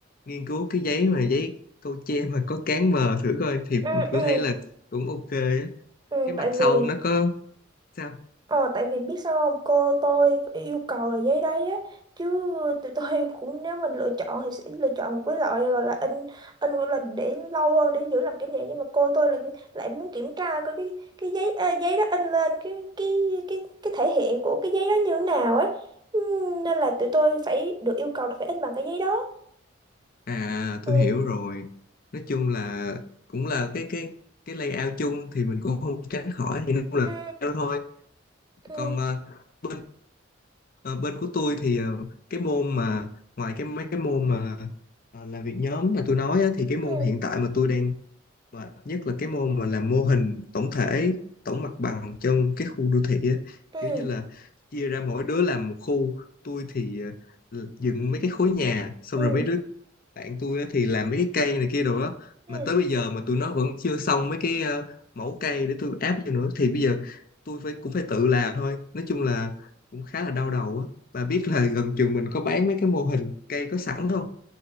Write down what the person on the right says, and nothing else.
ừ ừ,
ừ.
tại
vì
Ờ, tại vì biết sao không cô tôi yêu cầu là giấy đấy á chứ tụi tôi <laughs> cũng nếu mình lựa chọn thì sẽ lựa chọn một cái loại gọi là in in gọi là để lâu hơn để giữ làm kỷ niệm nhưng mà cô tôi lại lại muốn kiểm tra coi cái cái giấy ờ, giấy đó in lên cái cái cái cái thể hiện của cái giấy đó như thế nào ấy Ừ, nên là tụi tôi phải được yêu cầu là phải in bằng cái giấy đó
ừ
ừ
ừ
ừ
ừ
ừ
ừ